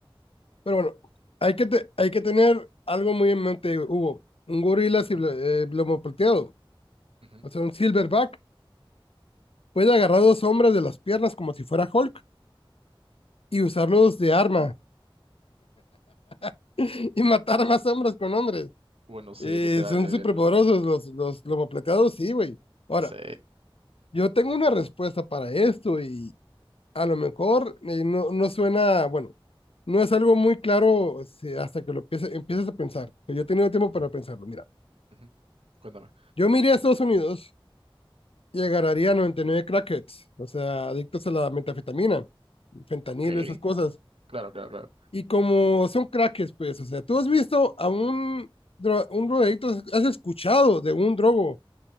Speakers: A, on the left (about 80°); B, on the right (about 85°).
A: Pero bueno, hay que, te- hay que tener algo muy en mente, Hugo. Un gorila si,
B: Ujú,
A: eh, lomo plateado,
B: ujú.
A: o sea, un silverback, puede agarrar dos hombres de las piernas como si fuera Hulk y usarlos de arma <laughs> y matar más hombres con hombres.
B: Bueno, sí,
A: Eh,
B: literal,
A: son
B: el,
A: súper poderosos los, los lomo plateados, sí, güey. Ahora,
B: Sí.
A: yo tengo una respuesta para esto y, a lo mejor eh, no, no suena, bueno, no es algo muy claro si hasta que lo empiece- empieces a pensar. Pero yo he tenido tiempo para pensarlo. Mira,
B: Ujú. Cuéntame.
A: yo me iría a Estados Unidos y agarraría 99 crackheads, o sea, adictos a la metafetamina, fentanilo,
B: Ok.
A: esas cosas.
B: Claro, claro, claro.
A: Y como son crackheads, pues, o sea, tú has visto a un, dro- un drogadicto, has escuchado de un drogo